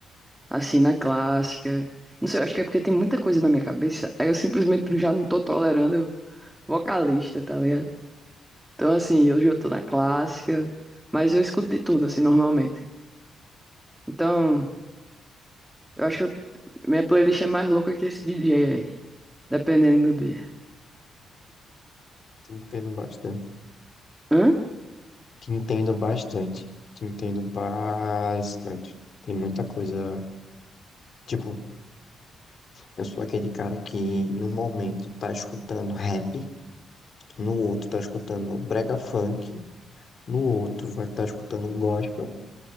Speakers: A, in the centre; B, on the left.
A: assim na clássica. Não sei, eu acho que é porque tem muita coisa na minha cabeça. Aí eu simplesmente já não tô tolerando vocalista, tá ligado? Então, assim,
B: Hum.
A: hoje eu tô na clássica, mas eu escuto de tudo, assim, normalmente. Então, eu acho que eu- minha playlist é mais louca que esse DJ aí, dependendo do dia.
B: Te entendo bastante.
A: Hã?
B: Te entendo bastante. Te entendo bastante. Tem muita coisa, tipo, Eu sou aquele cara que em um momento tá escutando rap, no outro tá escutando brega funk, no outro vai estar escutando gospel,